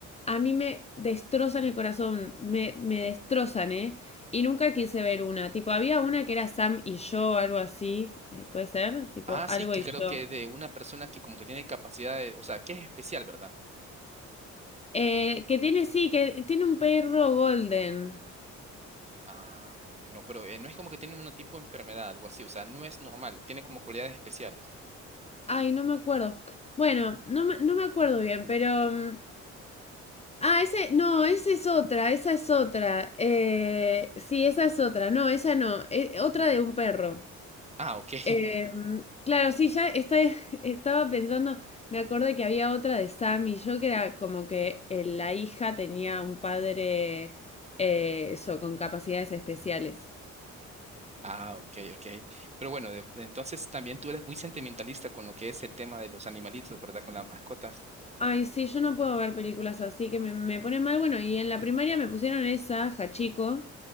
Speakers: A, on the left; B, on the right.
A: a mí me destrozan el corazón, me, me destrozan, ¿eh? Y nunca quise ver una. Tipo, había una que era Sam y yo, algo así, eh, puede ser, tipo,
B: Ah,
A: algo
B: sí, que
A: y
B: creo
A: yo.
B: que de una persona que como que tiene capacidad de, o sea, que es especial, ¿verdad?
A: Eh, que tiene, sí, que tiene un perro golden.
B: Ah, no, pero eh, no es como que tiene un tipo de enfermedad, algo así, o sea, no es normal, tiene como cualidades especiales.
A: Ay, no me acuerdo. Bueno, no me, no me acuerdo bien, pero... mm, Ah, ese, no, esa es otra, esa es otra. Eh, sí, esa es otra. No, esa no, eh, otra de un perro.
B: Ah, ok. <laughs>
A: Eh, claro, sí, ya está- <laughs> estaba pensando, me acordé que había otra de Sam y yo que era como que eh, la hija tenía un padre, eh, eso, con capacidades especiales.
B: Ah, ok, ok. Pero bueno, de- entonces también tú eres muy sentimentalista con lo que es el tema de los animalitos, ¿verdad? Con las mascotas.
A: Ay, sí, yo no puedo ver películas así que me, me ponen mal. Bueno, y en la primaria me pusieron esa, Hachiko.